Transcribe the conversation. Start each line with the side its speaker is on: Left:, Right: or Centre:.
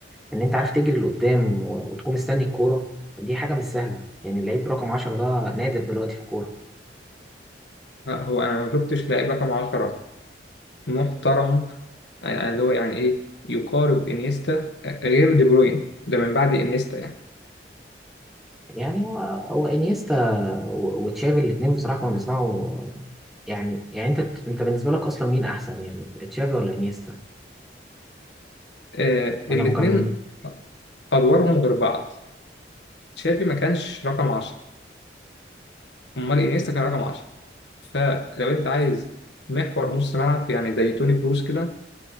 Centre: إن أنت عارف تجري لقدام و- وتكون مستني الكورة دي حاجة مش سهلة يعني اللعيب رقم 10 ده نادر دلوقتي في الكورة
Left: آه، هو أنا ما شفتش لاعب رقم 10 محترم آه، يعني اللي هو يعني إيه يقارب إنيستا آه، غير دي بروين ده من بعد إنيستا يعني
Centre: يعني هو هو انيستا و- وتشافي الاثنين بصراحه كانوا بيصنعوا يعني يعني انت انت بالنسبه لك اصلا مين احسن يعني تشافي ولا انيستا
Left: آه
Centre: ولا
Left: الاتنين
Centre: مكملين
Left: أدوارهم غير بعض تشافي ما كانش رقم 10 امال انيستا كان رقم 10 فلو انت عايز محور نص ملعب يعني زي توني كروس كده